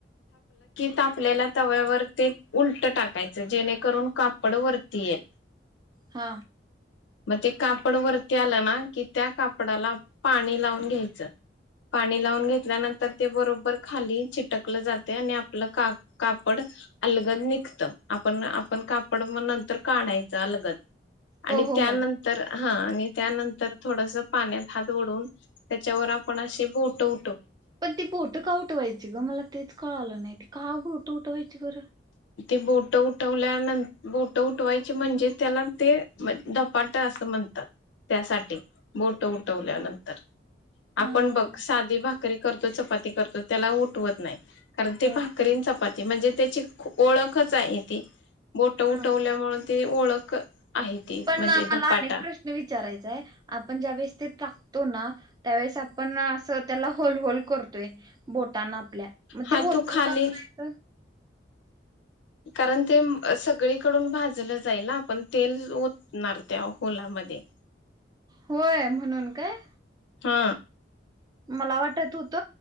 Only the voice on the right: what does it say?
हा
हो हो
हो.
पण ती बोट कावठवायची ग मला तेच कळ आलं नाही का गोट उठ वयची बरं
हा
हा
हो
हा
पण
मला
अनेक प्रश्न विचारायचाय आपण ज्या वेळेस ते त्याळेस आपण त्या होल होल करतोय बोट आपल्या मग
ते होलल
का करायचं
होय म्हणून काय
मला वाटत होत